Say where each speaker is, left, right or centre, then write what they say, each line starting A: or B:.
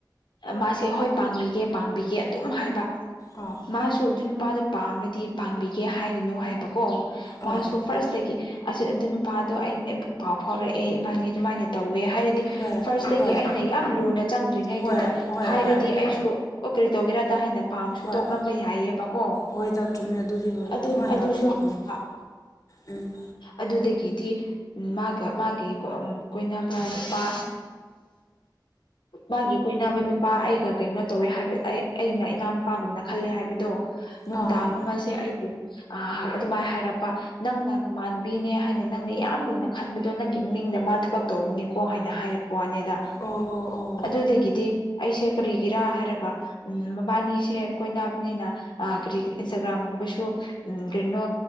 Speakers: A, on the left; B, on the left.
A: ꯃꯥꯁꯦ ꯍꯣꯏ ꯄꯥꯡꯕꯤꯒꯦ ꯄꯥꯡꯕꯤꯒꯦ ꯑꯗꯨꯝ ꯍꯥꯏꯕ
B: ꯑꯥ
A: ꯃꯥꯁꯨ ꯑꯗꯨ ꯅꯨꯄꯥꯗꯨꯣ ꯄꯥꯝꯃꯗꯤ ꯄꯥꯡꯕꯤꯒꯦ ꯍꯥꯏꯒꯅꯨ ꯍꯥꯏꯕꯀꯣ
B: ꯑꯥ
A: ꯃꯥꯁꯨ ꯐꯥꯔꯁꯇꯒꯤ ꯑꯗꯨ ꯅꯨꯄꯥꯗꯣ ꯑꯩ ꯑꯩꯕꯨ ꯄꯥꯎ ꯐꯥꯎꯔꯛꯑꯦ ꯏꯕꯥꯅꯤ ꯑꯗꯨꯃꯥꯏꯅ ꯇꯧꯋꯦ ꯍꯥꯏꯔꯗꯤ
B: ꯍꯣꯏ
A: ꯐꯥꯔꯁꯇꯒꯤ
B: ꯍꯣꯏ
A: ꯑꯩꯅ ꯌꯥꯝ ꯂꯨꯅ ꯆꯪꯗ꯭ꯔꯤꯉꯩꯗꯨꯗ
B: ꯍꯣꯏ ꯍꯣꯏ
A: ꯍꯥꯏꯔꯗꯤ
B: ꯍꯣꯏ
A: ꯑꯩꯁꯨ ꯀꯔꯤ ꯇꯧꯒꯦꯔꯗ ꯍꯥꯏꯅ ꯄꯥꯝꯔꯁꯨ
B: ꯍꯣꯏ
A: ꯇꯣꯛꯂꯝꯕ ꯌꯥꯏꯌꯦꯕꯀꯣ
B: ꯍꯣꯏꯗ ꯆꯨꯝꯃꯦ ꯑꯗꯨꯗꯤ ꯍꯣꯏ
A: ꯑꯗꯨ
B: ꯑꯗꯨꯃꯥꯏꯅ
A: ꯑꯗꯨꯁꯨ
B: ꯍꯥꯏꯒꯗꯕꯅꯦ
A: <unintelligible>
B: ꯎꯝ
A: ꯑꯗꯨꯗꯒꯤꯗꯤ ꯃꯥꯒ ꯃꯥꯒꯤ ꯀꯣꯏꯅꯕ ꯅꯨꯄꯥ ꯃꯥꯒꯤ ꯀꯣꯏꯅꯕ ꯅꯨꯄꯥ ꯑꯩꯒ ꯀꯩꯅꯣ ꯇꯧꯋꯦ ꯍꯥꯏꯕ ꯑꯩ ꯑꯩꯅ ꯏꯅꯥꯎꯅꯨꯄꯥꯒꯨꯝꯅ ꯈꯜꯂꯦ ꯍꯥꯏꯕꯗꯣ ꯅꯨꯡꯗꯥꯡ
B: ꯑꯥ ꯑꯥ
A: ꯑꯃꯁꯦ ꯑꯩꯕꯨ ꯑꯗꯨꯃꯥꯏꯅ ꯍꯥꯏꯔꯛꯄ ꯅꯪꯅ ꯃꯃꯥꯟꯅꯕꯤꯅꯦ ꯍꯥꯏꯅ ꯅꯪꯅ ꯌꯥꯝ ꯂꯨꯅ ꯈꯟꯕꯗꯣ ꯅꯪꯒꯤ ꯃꯅꯤꯡꯗ ꯃꯥ ꯊꯕꯛ ꯇꯧꯕꯅꯤꯀꯣ ꯍꯥꯏꯅ ꯍꯥꯏꯔꯛ__ ꯋꯥꯅꯦꯗ
B: ꯑꯣ ꯑꯣ
A: ꯑꯗꯨꯗꯒꯤꯗꯤ ꯑꯩꯁꯦ ꯀꯔꯤꯒꯤꯔꯥ ꯍꯥꯏꯔꯒ ꯎꯝ ꯃꯕꯥꯅꯤꯁꯦ ꯀꯣꯏꯕꯅꯤꯅ ꯑ ꯀꯔꯤ ꯏꯟꯁꯇꯥꯒ꯭ꯔꯥꯝꯒꯨꯝꯕꯁꯨ ꯎꯝ ꯀꯩꯅꯣ